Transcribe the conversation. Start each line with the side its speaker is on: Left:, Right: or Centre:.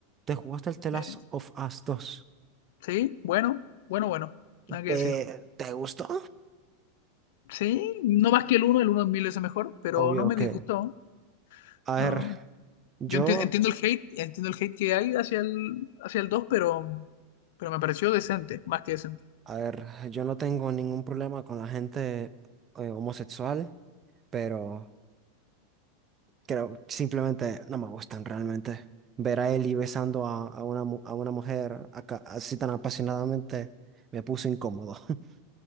Right: ¿Te jugaste el The Last
Left: Eh,
Right: of Us dos?
Left: sí, bueno, bueno, bueno, nada que
Right: ¿Te,
Left: decir.
Right: te gustó?
Left: Sí, no más que el uno el uno es mil veces mejor, pero
Right: Obvio
Left: no me
Right: que,
Left: disgustó.
Right: a ver,
Left: No,
Right: yo,
Left: Yo enti- entiendo el hate, entiendo el hate que hay hacia el, hacia el dos pero, pero me pareció decente, más que decente.
Right: a ver, yo no tengo ningún problema con la gente eh, homosexual, pero Creo que simplemente no me gustan realmente. Ver a Ellie besando a, a una, mu- a una mujer acá, así tan apasionadamente me puso incómodo. <laughs>